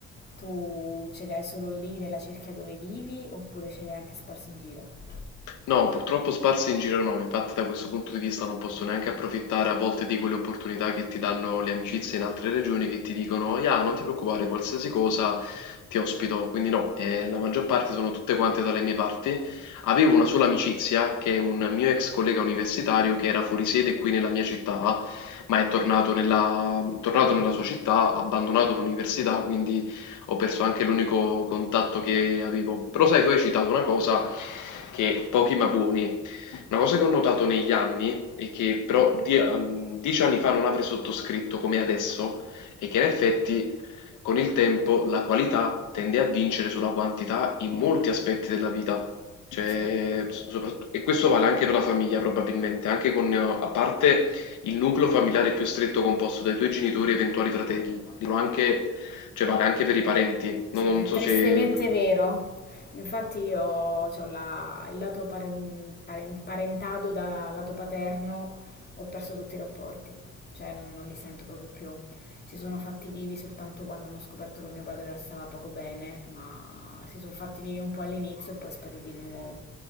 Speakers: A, on the left; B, on the left.
A: Tu ce li hai solo lì nella cerchia dove vivi oppure ce li hai anche sparsi in giro?
B: No, purtroppo sparsi in giro no, infatti da questo punto di vista non posso neanche approfittare a volte di quelle opportunità che ti danno le amicizie in altre regioni che ti dicono, ya, non ti preoccupare, qualsiasi cosa ti ospito, quindi no, eh, la maggior parte sono tutte quante dalle mie parti. Avevo una sola amicizia che è un mio ex collega universitario che era fuori sede qui nella mia città, ma è tornato nella, tornato nella sua città, ha abbandonato l'università, quindi ho perso anche l'unico contatto che avevo. Però sai, tu hai citato una cosa che pochi ma buoni, una cosa che ho notato negli anni e che però die- ehm, dieci anni fa non avrei sottoscritto come adesso è che in effetti con il tempo la qualità tende a vincere sulla quantità in molti aspetti della vita. Cioè,
A: Sì.
B: so- soprattu- e questo vale anche per la famiglia probabilmente, anche con, eh, a parte il nucleo familiare più stretto composto dai tuoi genitori e eventuali fratelli, parlo anche, cioè vale anche per i parenti, non
A: Sì,
B: non
A: è
B: so
A: tristemente
B: se
A: vero. Infatti io ho la, il lato paren- paren- il parentado da lato paterno, ho perso tutti i rapporti, cioè non, non li sento proprio più. Si sono fatti vivi soltanto quando hanno scoperto che mio padre stava poco bene, ma si sono fatti vivi un po' all'inizio e poi spariti di nuovo.